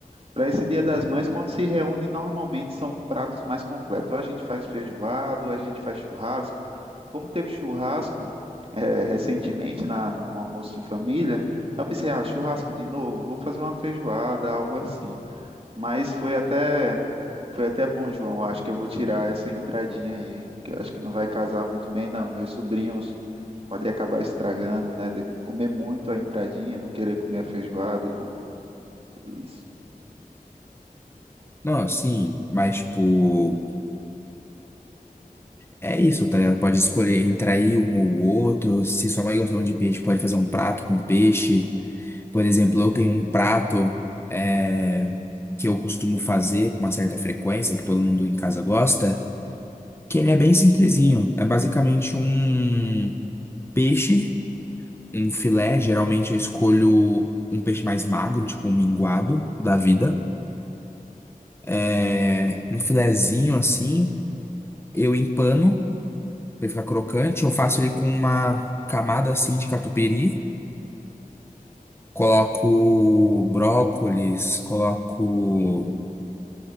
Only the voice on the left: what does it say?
Não, sim, mas, tipo. É isso, tá ligado? Pode escolher entre aí um ou outro. Se sua mãe gostava de peixe, pode fazer um prato com peixe. Por exemplo, eu tenho um prato é, que eu costumo fazer com uma certa frequência, que todo mundo em casa gosta, que ele é bem simplesinho. É basicamente um peixe, um filé. Geralmente eu escolho um peixe mais magro, tipo um minguado da vida. É, um filezinho assim, eu empano. Pra ele ficar crocante. Eu faço ele com uma camada assim de catupiry. Coloco brócolis, coloco